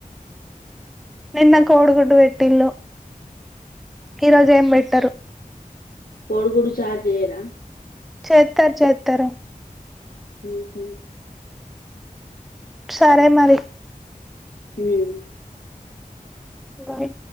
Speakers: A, in the centre; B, on the left.
A: నిన్న కోడుగుడ్డు వెట్టిల్లు ఈరోజు ఏం బెట్టరు
B: కోడు గుడ్డు చార్ జేయరా
A: చేత్తరు చేత్తరు
B: ఉహు
A: సరే మరి
B: ఉమ్
A: బాయ్